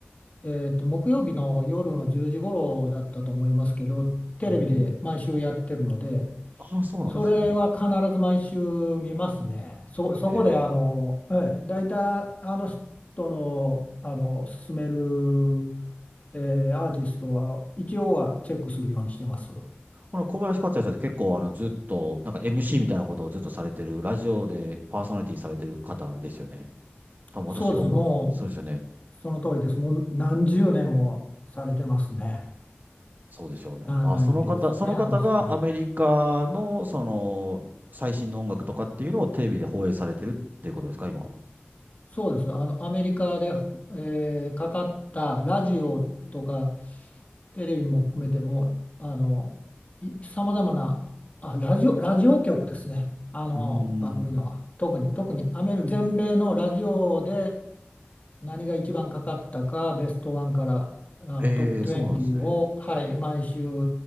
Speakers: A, on the left; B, on the right.
A: えーと、木曜日の夜の10時頃だったと思いますけど、テレビで毎週やってるので、
B: うん。ああ、そうなんですね。
A: それは必ず毎週見ますね。そ、そこで、
B: へえ。
A: あの、ええ、大体、あの人の、あの、勧める、えーアーティストは、一応はチェックするようにしてます。
B: この小林克也さんって結構あのずっと、なんか MC みたいなことをずっとされてる、ラジオでパーソナリティされてる方ですよね。多分私が思っ、
A: そうです。も
B: そうですよね。
A: その通りです。もう何十年もされてますね。
B: そうでしょうね。
A: 長いですね、
B: あ、その方、その方がアメリカのその最新の音楽とかっていうのをテレビで放映されてるっていうことですか、
A: あの人も。
B: 今は。
A: そうです。あの、アメリカで、えーかかったラジオとかテレビも含めても、あの、さまざまな、あ、ラジオ、ラジオ局ですね。あの、
B: うー
A: 番組のは。
B: ん。
A: 特に、特にアメリ、全米のラジオで何が一番かかったか、ベストワンからあのトップ20を、
B: ええそうなんですね。
A: はい、毎週